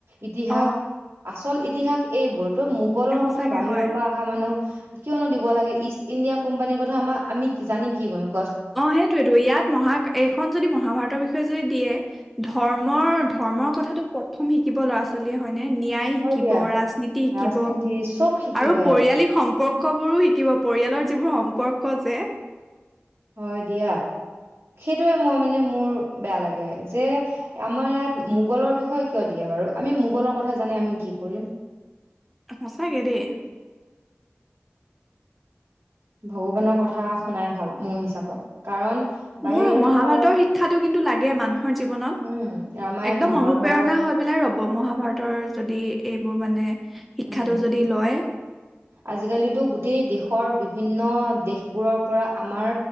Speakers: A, on the right (about 75°); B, in the centre.
A: ইতিহাস
B: অ
A: আচল ইতিহাস এইবোৰ্ মোগলৰ
B: সঁচাকে
A: কথা বাহিৰৰ
B: হয়
A: পৰা অহা মানুহ কিয়নো দিব দিব লাগে ইণ্ডিয়া কোম্পানীৰ কথা আমাৰ আমি জানি কি কৰোঁ
B: অ সেইটোয়েতো ইয়াত মহা এইখন যদি মহাভাৰতৰ বিষয়ে যদি দিয়ে ধৰ্মৰ ধৰ্মৰ কথাটো প্ৰথম শিকিব ল'ৰা ছোৱালীয়ে হয় নে ন্যায় শিকিব
A: হয় দিয়া
B: ৰাজনীতি শিকিব
A: ৰাজনীতি চব শিকিব
B: আৰু
A: ইয়াত
B: পৰিয়ালিক সম্পৰ্ক বোৰো শিকিব পৰিয়ালৰ যিবোৰ সম্পৰ্ক ক যে
A: হয় দিয়া সেইটোৱে মই মানে মোৰ বেয়া লাগে যে আমাৰ ইয়াত মোগলৰ বিষয়ে কিয় দিয়ে বাৰু আমি মোগলৰ কথা জানি আমি কি কৰিম
B: সঁচাকে দেই
A: ভগৱানৰ কথা শুনাই ভাল মোৰ হিচাপত কাৰণ বাহিৰৰ
B: মোৰো
A: দেশৰ
B: মহাভাৰতৰ শিক্ষাটো কিন্তু লাগে মানুহৰ জীৱনত
A: উম ৰামায়ণ
B: একদম
A: মহাভাৰত
B: অনুপ্ৰেৰণা হৈ পেলাই ৰব মহাভাৰতৰ যদি এইবোৰ মানে শিক্ষাটো
A: উম
B: যদি লয়
A: আজিকালিতো গোটেই দেশৰ বি বিভিন্ন দেশবোৰৰ পৰা আমাৰ